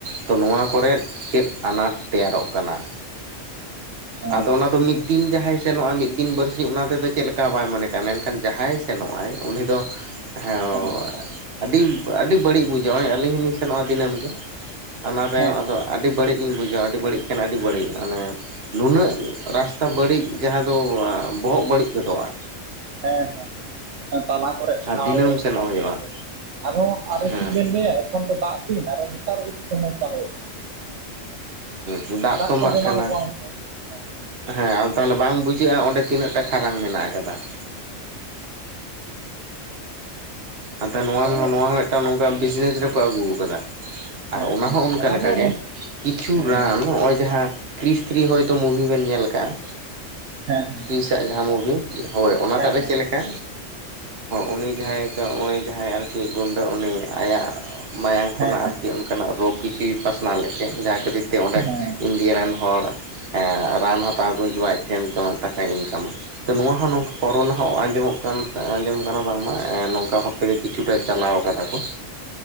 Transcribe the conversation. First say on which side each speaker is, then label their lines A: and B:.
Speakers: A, on the right; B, on the right.
A: ᱛᱚ ᱱᱚᱣᱟ ᱠᱚᱨᱮᱜ ᱪᱮᱫ ᱟᱱᱟᱴ ᱛᱮᱭᱟᱨᱚᱜ ᱠᱟᱱᱟ ᱾
B: <unintelligible>
A: ᱟᱫᱚ ᱚᱱᱟ ᱫᱚ ᱢᱤᱫ ᱫᱤᱱ ᱡᱟᱦᱟᱸᱭ ᱥᱮᱱᱚᱜᱼᱟ ᱢᱤᱫ ᱫᱤᱱ ᱵᱟᱨᱥᱤᱧ ᱚᱱᱟ ᱛᱮᱫᱚ ᱪᱮᱫ ᱞᱮᱠᱟ ᱵᱟᱭ ᱢᱚᱱᱮ ᱠᱟᱜᱼᱟ, ᱢᱮᱱᱠᱷᱟᱱ ᱡᱟᱦᱟᱸᱭ ᱥᱮᱱᱚᱜᱼᱟᱭ ᱩᱱᱤ ᱫᱚ ᱦᱮᱸᱻ
B: ᱦᱮᱸ ᱦᱮᱸ
A: ᱟᱹᱰᱤ ᱟᱹᱰᱤ ᱵᱟᱹᱲᱤᱡ ᱵᱩᱡᱷᱟᱹᱜ ᱱᱚᱜᱚᱭ ᱟᱹᱞᱤᱧ ᱦᱚᱞᱤᱧ ᱥᱮᱱᱚᱜᱼᱟ ᱫᱤᱱᱟᱹᱢ ᱜᱮ ᱾ ᱚᱱᱟ ᱛᱟᱭᱚᱢ
B: ᱦᱮᱸ ᱦᱮᱸ
A: ᱟᱫᱚ ᱟᱹᱰᱤ ᱵᱟᱹᱲᱤᱡ ᱞᱤᱧ ᱵᱩᱡᱷᱟᱹᱣᱟ ᱟᱹᱰᱤ ᱵᱟᱹᱲᱤᱡ ᱠᱷᱟᱱ ᱟᱹᱰᱤ ᱵᱟᱹᱲᱤᱡ ᱚᱱᱮ ᱱᱩᱱᱟᱹᱜ ᱨᱟᱥᱛᱟ ᱵᱟᱹᱲᱤᱡ ᱡᱟᱦᱟᱸ ᱫᱚ ᱵᱚᱦᱚᱜ ᱵᱟᱹᱲᱤᱡ ᱜᱚᱫᱚᱜᱼᱟ᱾
B: ᱦᱮᱸ ᱦᱮᱸ ᱦᱮᱸ ᱾ ᱛᱟᱞᱟ ᱠᱚᱨᱮ
A: ᱟᱨ
B: ᱠᱷᱟᱞ
A: ᱫᱤᱱᱟᱹᱢ ᱥᱮᱱᱚᱜ
B: ᱛᱟᱯᱚᱨ
A: ᱦᱩᱭᱩᱜᱼᱟ
B: ᱤᱭᱟᱹ ᱠᱚᱨᱮ ᱟᱨᱦᱚ ᱟᱨᱦᱚ
A: ᱦᱮᱸ
B: ᱪᱮᱫ ᱵᱮᱱ ᱞᱟᱹᱭᱟ ᱾ ᱛᱚᱠᱷᱚᱱ ᱛᱚ ᱫᱟᱜ ᱫᱤᱱ ᱟᱨᱦᱚ ᱱᱮᱛᱟᱨ ᱵᱮᱥᱤ ᱥᱚᱢᱚᱥᱥᱟ ᱦᱩᱭᱩᱜ ᱛᱟᱦᱮᱸᱱᱟ ᱾
A: ᱦᱚᱸ ᱫᱟᱜ ᱛᱚᱢᱵᱟᱜ
B: ᱠᱚ ᱡᱚᱢᱟᱣ
A: ᱠᱟᱱᱟ᱾
B: ᱠᱚᱣᱟ ᱚᱱᱠᱟ ᱦᱮᱸ
A: ᱦᱮᱸ ᱟᱫᱚ ᱛᱟᱦᱚᱞᱮ ᱵᱟᱝ ᱵᱩᱡᱷᱟᱹᱜᱼᱟ ᱚᱸᱰᱮ ᱛᱤᱱᱟᱹᱜ ᱴᱟ ᱠᱷᱟᱨᱟᱝ ᱢᱮᱱᱟᱜ ᱟᱠᱟᱫᱟ ᱾ ᱟᱫᱚ ᱱᱚᱣᱟ
B: ᱢᱟᱱᱮ
A: ᱱᱚᱣᱟ ᱦᱚᱸ ᱢᱤᱫᱴᱟᱱ ᱱᱚᱝᱠᱟᱱ ᱵᱤᱡᱽᱱᱮᱥ ᱨᱮᱠᱚ ᱟᱹᱜᱩ ᱠᱟᱫᱟ᱾
B: ᱦᱮᱸ
A: ᱟᱨ ᱚᱱᱟ
B: ᱦᱮᱸ
A: ᱦᱚᱸ ᱚᱱᱠᱟ ᱞᱮᱠᱟ
B: ᱫᱚ ᱜᱚᱝᱠᱮ
A: ᱜᱮ ᱠᱤᱪᱷᱩ
B: ᱦᱮᱸ
A: ᱨᱟᱱ ᱱᱚᱜᱼᱚᱭ ᱡᱟᱦᱟᱸ ᱠᱤᱨᱤᱥ ᱛᱷᱤᱨᱤ ᱦᱚᱭᱛᱚ ᱢᱩᱵᱷᱤ ᱵᱮᱱ ᱧᱮᱞ ᱠᱟᱜᱼᱟ
B: ᱦᱮᱸ ᱦᱮᱸ᱾
A: ᱠᱩᱥᱤᱭᱟᱜ ᱥᱟᱜ ᱡᱟᱦᱟᱸ ᱢᱩᱵᱷᱤ ᱦᱳᱭ ᱚᱱᱟᱴᱟᱜ
B: ᱦᱮᱸ ᱦᱮᱸ
A: ᱨᱮ ᱪᱮᱫ
B: ᱦᱮᱸ
A: ᱞᱮᱠᱟ ᱩᱱᱤ ᱡᱟᱦᱟᱸᱭ ᱠᱮ ᱦᱩᱸᱜᱩᱭ ᱡᱟᱦᱟᱸᱭ ᱟᱨᱠᱤ ᱜᱩᱰᱟᱹ ᱩᱱᱤ ᱟᱭᱟᱜ ᱢᱟᱭᱟᱝ ᱠᱷᱚᱱᱟᱜ
B: ᱦᱮᱸ ᱦᱮᱸ
A: ᱟᱨᱠᱤᱼᱼᱼ ᱚᱱᱠᱟᱱᱟᱜ ᱨᱳᱜᱽ ᱠᱤᱪᱷᱩᱭ ᱯᱟᱥᱱᱟᱣ ᱞᱮᱫ ᱛᱟᱦᱮᱸᱫ ᱡᱟᱦᱟᱸ ᱠᱷᱟᱹᱛᱤᱨ ᱛᱮ ᱚᱸᱰᱮ
B: ᱦᱮᱸ
A: ᱰᱤᱭᱟ ᱨᱮᱱ ᱦᱚᱲ ᱮᱸ ᱨᱟᱱ ᱦᱟᱛᱟᱣ ᱠᱚ ᱦᱤᱡᱩᱜᱼᱟ ᱟᱡ ᱴᱷᱮᱱ ᱛᱚ ᱴᱟᱠᱟᱭ ᱤᱱᱠᱟᱢᱟ᱾ ᱛᱚ ᱱᱚᱣᱟ ᱦᱚᱸ
B: ᱦᱮᱸ
A: ᱱᱚᱝᱠᱟ ᱠᱚᱨᱳᱱᱟ ᱦᱚᱸ ᱟᱸᱡᱚᱢᱚᱜ ᱟᱸᱡᱚᱢ ᱠᱟᱱᱟ ᱵᱟᱝᱢᱟ ᱮ ᱱᱚᱝ ᱚᱱᱠᱟ ᱵᱷᱟᱵᱽ ᱛᱮᱜᱮ ᱠᱤᱪᱷᱩᱴᱟ ᱪᱟᱞᱟᱣ ᱠᱟᱫᱟ ᱠᱚ